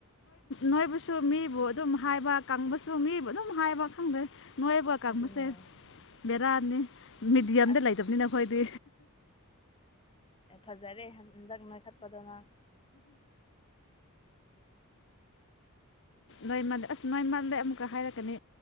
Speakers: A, on the left; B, on the left.
A: ꯅꯣꯏꯕꯨꯁꯨ ꯃꯤꯕꯨ ꯑꯗꯨꯝ ꯍꯥꯏꯕ ꯀꯪꯕꯁꯨ ꯃꯤꯕꯨ ꯑꯗꯨꯝ ꯍꯥꯏꯕ ꯈꯪꯗ꯭ꯔꯦ ꯅꯣꯏꯕꯨ ꯀꯥꯡꯕꯨꯁꯦ
B: ꯑꯗꯨꯅꯦ
A: ꯕꯦꯔꯥꯅꯤ ꯃꯤꯦꯗꯤꯌꯝꯗ
B: ꯑꯁ
A: ꯂꯩꯇꯕꯅꯤꯅ ꯑꯩꯈꯣꯏꯗꯤ
B: ꯑꯦ ꯐꯖ ꯐꯖꯔꯦ ꯍꯟꯗꯛ ꯅꯣꯏꯈꯠꯄꯗꯣ ꯅꯪ
A: ꯅꯣꯏꯃꯜꯗ ꯑꯁ ꯅꯣꯏꯃꯜꯗ ꯑꯃꯨꯛꯀ ꯍꯥꯏꯔꯛꯀꯅꯤ